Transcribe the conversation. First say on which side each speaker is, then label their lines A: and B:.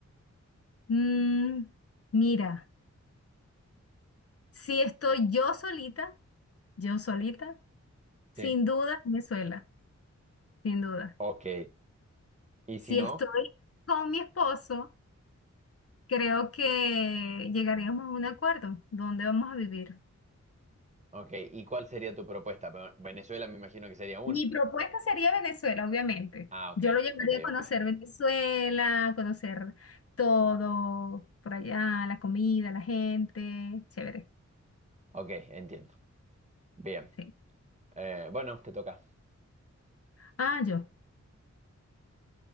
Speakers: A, on the left; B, on the right.
A: Mm, mira, si estoy yo solita, yo solita, sin
B: Sí.
A: duda Venezuela, sin duda.
B: Ok. ¿Y
A: Si
B: si no?
A: estoy con mi esposo, creo que llegaríamos a un acuerdo donde vamos a vivir.
B: Ok, ¿y cuál sería tu propuesta? Pero Venezuela me imagino que sería una.
A: Mi propuesta sería Venezuela, obviamente.
B: Ah, ok,
A: Yo lo llevaría
B: ok,
A: a conocer
B: ok.
A: Venezuela, conocer todo por allá, la comida, la gente, chévere.
B: Ok, entiendo. Bien.
A: Sí.
B: Eh, bueno, te toca.
A: Ah, yo.